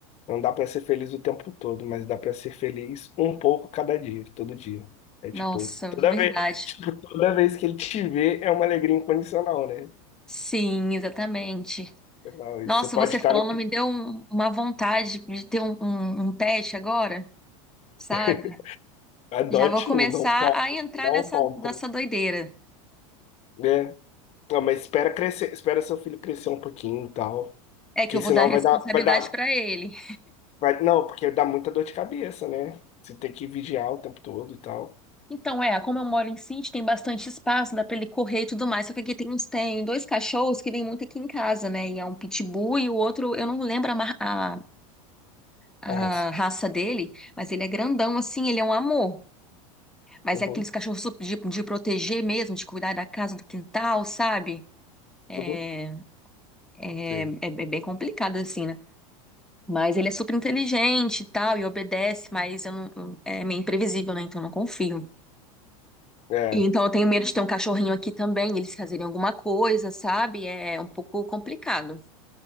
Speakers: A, on the left; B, in the centre.
A: Não dá pra ser feliz o tempo todo, mas dá pra ser feliz um pouco cada dia, todo dia. É tipo,
B: Nossa,
A: toda
B: verdade.
A: vez, <laughs> tipo, toda vez que ele te vê é uma alegria incondicional, né?
B: Sim, exatamente.
A: Não, isso
B: Nossa,
A: Você pode
B: você
A: estar
B: falando
A: na...
B: me deu um- uma vontade de ter um, um, um pet agora, sabe?
A: <laughs> Adote
B: Já vou começar
A: um, não compre,
B: a entrar
A: não
B: nessa,
A: compre,
B: nessa doideira.
A: né? Não, mas espera crescer, espera seu filho crescer um pouquinho e tal,
B: É
A: porque
B: que eu
A: senão
B: vou dar responsabilidade
A: vai dar, vai dar,
B: pra ele.
A: vai, não, porque dá muita dor de cabeça, né? Você tem que vigiar o tempo todo e tal.
B: Então, é, como eu moro em sítio, tem bastante espaço, dá pra ele correr e tudo mais. Só que aqui tem uns, tem dois cachorros que vêm muito aqui em casa, né? E é um pitbull e o outro, eu não lembro a, mar- a, a
A: Arrasa.
B: raça dele, mas ele é grandão assim, ele é um amor. Mas
A: Uhum,
B: é aqueles cachorros super de, de proteger mesmo, de cuidar da casa, do quintal, sabe? É,
A: uhum,
B: é,
A: sim.
B: é, é bem complicado assim, né? Mas ele é super inteligente e tal, e obedece, mas eu não, é meio imprevisível, né? Então eu não confio.
A: É,
B: E então eu tenho medo de ter um cachorrinho aqui também, eles fazerem alguma coisa, sabe? É um pouco complicado.